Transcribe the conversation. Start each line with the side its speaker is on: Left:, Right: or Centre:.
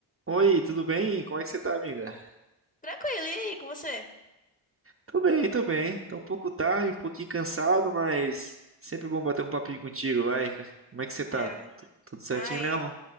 Right: Oi, tudo bem? Como é que você tá, amiga?
Left: Tranquilo, e aí, com você?
Right: Tô bem, tô bem. Tá um pouco tarde, um pouquinho cansado, mas sempre bom bater um papinho contigo, vai. Como é que você tá?
Left: É,
Right: Tu- Tudo certinho
Left: ai,
Right: mesmo?